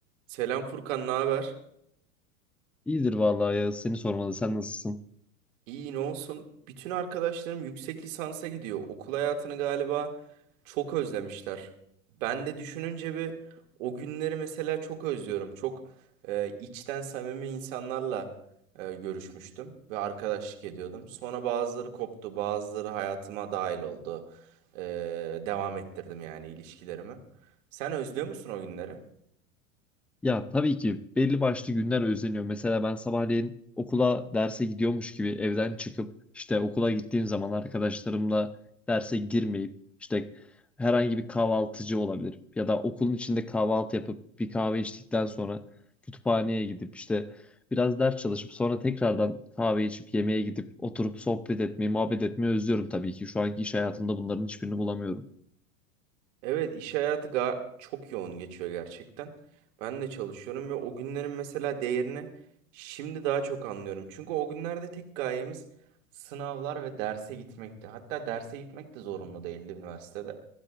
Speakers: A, on the right; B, in the centre.
A: Selam Furkan, ne haber?
B: İyidir vallahi ya seni sormalı sen nasılsın?
A: İyi, ne olsun? Bütün arkadaşlarım yüksek lisansa gidiyor. Okul hayatını galiba çok özlemişler. Ben de düşününce bir o günleri mesela çok özlüyorum. Çok e, içten samimi insanlarla e, görüşmüştüm ve arkadaşlık ediyordum. Sonra bazıları koptu, bazıları hayatıma dahil oldu. E, devam ettirdim yani ilişkilerimi. Sen özlüyor musun o günleri?
B: Ya tabii ki belli başlı günler özleniyor. Mesela ben sabahleyin okula derse gidiyormuş gibi evden çıkıp işte okula gittiğim zaman arkadaşlarımla derse girmeyip işte herhangi bir kahvaltıcı olabilir ya da okulun içinde kahvaltı yapıp bir kahve içtikten sonra kütüphaneye gidip işte biraz ders çalışıp sonra tekrardan kahve içip yemeğe gidip oturup sohbet etmeyi, muhabbet etmeyi özlüyorum tabii ki. Şu anki iş hayatımda bunların hiçbirini bulamıyorum.
A: Evet iş hayatı ga- çok yoğun geçiyor gerçekten. Ben de çalışıyorum ve o günlerin mesela değerini şimdi daha çok anlıyorum. Çünkü o günlerde tek gayemiz sınavlar ve derse gitmekti. Hatta derse gitmek de zorunlu değildi üniversitede.